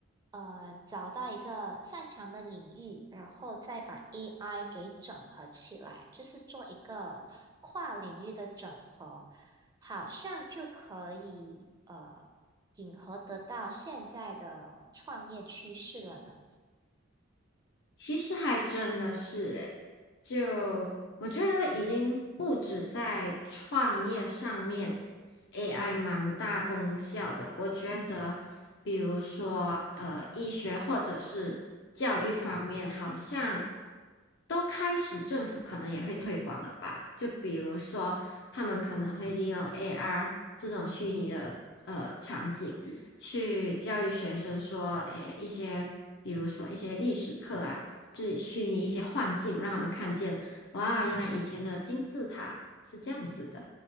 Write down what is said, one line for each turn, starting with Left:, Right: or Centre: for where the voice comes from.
Right: 呃找到一个擅长的领域，然后再把 AI 给整合起来，就是做一个跨领域的整合。好像就可以呃迎合得到现在的创业趋势了呢。
Left: 其实还真的是诶，就我觉得已经不止在创业上面，AI 蛮大功效的。我觉得，比如说呃，医学或者是教育方面，好像都开始政府可能也会推广了吧？就比如说，他们可能会利用 AR 这种虚拟的呃场景。去教育学生说，诶，一些比如说一些历史课啊，就是虚拟一些幻境，让他们看见，哇，原来以前的金字塔是这样子的。